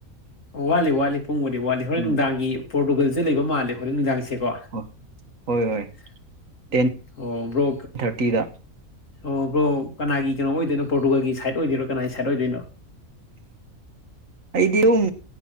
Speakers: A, on the left; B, on the right.
A: ꯋꯥꯠꯂꯤ ꯋꯥꯠꯂꯤ ꯄꯨꯡ ꯕꯨꯗꯤ ꯋꯥꯠꯂꯤ ꯍꯣꯔꯦꯟ
B: ꯎꯝ
A: ꯅꯨꯡꯗꯥꯡꯒꯤ ꯄꯣꯔꯇꯨꯒꯜꯁꯦ ꯂꯩꯕ ꯃꯥꯜꯂꯦ ꯍꯣꯔꯦꯟ ꯅꯨꯡꯗꯥꯡꯁꯦꯀꯣ ꯑꯣ
B: ꯍꯣꯏ ꯍꯣꯏ ꯍꯣꯏ ꯇꯦꯟ
A: ꯕ꯭ꯔꯣ
B: ꯊꯥꯔꯇꯤꯗ
A: ꯑꯣ ꯕ꯭ꯔꯣ ꯀꯅꯥꯒꯤ ꯀꯩꯅꯣ ꯑꯣꯏꯗꯣꯏꯅꯣ ꯄꯣꯔꯇꯨꯒꯜꯒꯤ ꯁꯥꯏꯠ ꯑꯣꯏꯗꯣꯏꯔꯣ ꯀꯅꯥꯒꯤ ꯁꯥꯏꯠ ꯑꯣꯏꯗꯣꯏꯅꯣ
B: ꯑꯩꯗꯤ ꯑꯗꯨꯝ